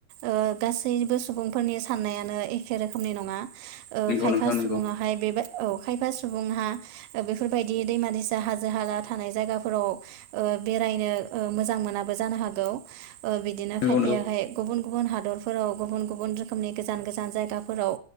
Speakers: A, on the right; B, on the left.
A: ओ गासैबो सुबुंफोरनि सान्नायानो एखे रोखोमनि नङा। ओ
B: नंगौ
A: खायफा
B: नोंथां नंगौ
A: सुबुङाहाय बे बाय खायफा सुबुङा बेफोरबायदि दैमा दैसा हाजो। हाजो हाला थानाय जायगाफोराव ओ बेरायनो ओ मोजां मोनाबो जानो हागौ ओ बि बिदिनो
B: नंगौ
A: खायफायाहाय
B: नंगौ
A: गुबुन गुबुन हादरफोराव गुबुन गुबुन रोखोमनि गोजान गोजान जायगाफोराव,